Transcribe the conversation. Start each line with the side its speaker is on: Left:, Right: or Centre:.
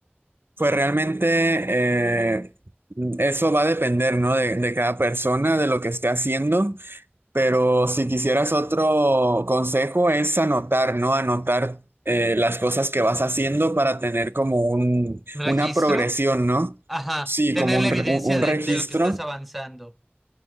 Right: Pues realmente eh, eso va a depender, ¿no? De, de cada persona, de lo que esté haciendo, pero si quisieras otro consejo es anotar, ¿no? Anotar eh, las cosas que vas haciendo para tener como un,
Centre: Registro.
Right: una progresión, ¿no?
Centre: Ajá.
Right: Sí,
Centre: Tener
Right: como un,
Centre: la evidencia
Right: re- un un
Centre: de,
Right: registro
Centre: de lo que estás avanzando.